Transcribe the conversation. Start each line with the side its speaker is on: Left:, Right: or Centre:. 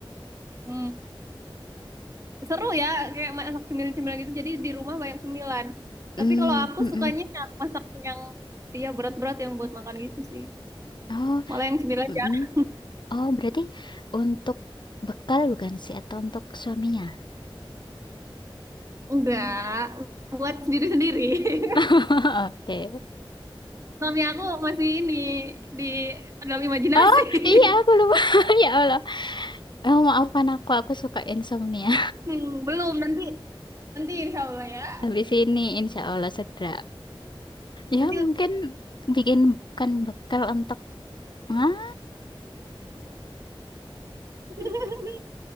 Right: Hmm. Seru ya, kayak masak cemilan-cemilan gitu. Jadi di rumah banyak cemilan.
Left: Hmm,
Right: Tapi kalau aku
Left: mm-mm.
Right: sukanya yang masak yang iya berat-berat yang buat makan gitu sih.
Left: Oh,
Right: Malah yang cemilan
Left: mm-mm.
Right: jarang.
Left: Oh, berarti untuk bekal bukan sih atau untuk suaminya?
Right: Enggak, buat sendiri-sendiri. <laughs>
Left: <laughs> Oke.
Right: Suami aku masih ini di dalam imajinasi.
Left: Oh, iya
Right: <laughs>
Left: aku lupa. <laughs> Ya Allah. Oh, maafkan aku, aku suka insomnia.
Right: Hmm, belum nanti nanti insya Allah
Left: <laughs>
Right: ya.
Left: Habis ini insya Allah segera. Ya,
Right: Nanti
Left: mungkin bikin bukan bekal untuk ah,
Right: <laughs>